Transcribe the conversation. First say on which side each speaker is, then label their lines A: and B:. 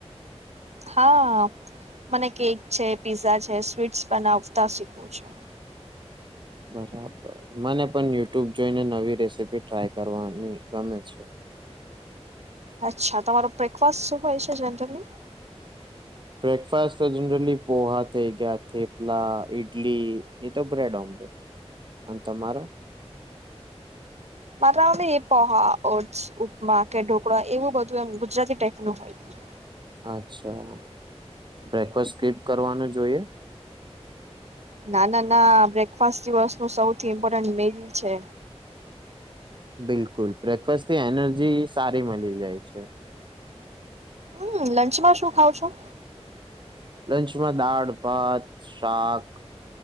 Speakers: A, on the right; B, on the right.
A: હા મને કેક છે પીઝા છે સ્વીટ્સ બનાવતા શીખવું છે.
B: બરાબર મને પણ યુટ્યુબ જોઈને નવી રેસીપી ટ્રાય કરવાની ગમે છે.
A: અચ્છા તમારો બ્રેકફાસ્ટ શું હોય છે, જનરલી
B: બ્રેકફાસ્ટ તો, જનરલી પોહા થઈ ગયા થેપલા, ઈડલી, <unintelligible> તો બ્રેડ. અને, તમારો
A: મારાને એ પોહા <inaudible> ઉપમા કે ઢોકળા એવું બધું, એમ ગુજરાતી ટાઈપ નું હોય.
B: અચ્છા, બ્રેકફાસ્ટ સ્કીપ કરવાનું જોઈએ.
A: ના, ના, ના બ્રેકફાસ્ટ દિવસ નું સૌથી ઇમ્પોર્ટન્ટ મેલ છે.
B: બિલકુલ, બ્રેકફાસ્ટ થી એનર્જી સારી મલી જાય છે.
A: હમ, લંચમાં શું ખાવ છો.
B: લંચમાં દાળ, ભાત, શાક